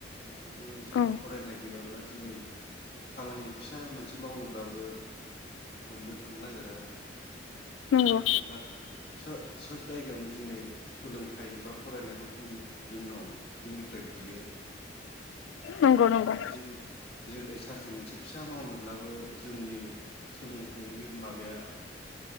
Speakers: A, on the left (about 55°); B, on the left (about 80°).
A: जिहे तु जोंहा
B: औ
A: फरायनाय गैयाब्ला दिनै खामानि फिसा मोनसे मावनो ब्लाबो मोननो थांनो नागिरा बुंनो
B: नंगौ
A: थाङोब्ला सो-सोब जायगायावनो दिनै सोलोंथाइ बा फरायनायखौ जों जोंनाव जोंनिफ्राय बियो
B: नंगौ नंगौ
A: जेरै जेरै साख्रि मोनसे फिसा मावनोब्लाबो जोंनि सोलोंथाइनि माबाया